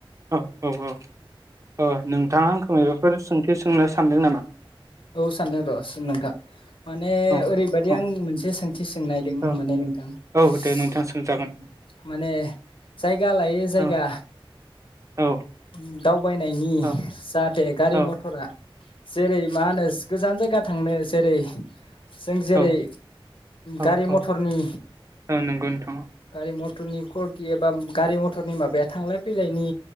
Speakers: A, on the right; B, on the left.
A: औ औ औ ओ नोंथाङा आंखौ मायबाफोर सों सोंनो सानदों नामा?
B: औ सानदों र सो नोंथां माने
A: औ
B: ओरै बायदि
A: औ
B: आं मोनसे सों थि सोंनायदों
A: औ
B: माने नोंथां उम
A: औ दे नोंथां सोंजागोन
B: माने जायगा लायो जायगा
A: औ औ
B: उम दाव वायनायनि
A: औ
B: जाहाथे गारि
A: औ
B: मथरा जेरै मा होनोज गोजान जायगा थांनो जेरै जों जेरै
A: औ औ
B: गारि मथरनि
A: औ नंगौ नोंथां
B: गारि मथरनि करटि एबा गारि मथरनि माबाया थांलाय फैलायनि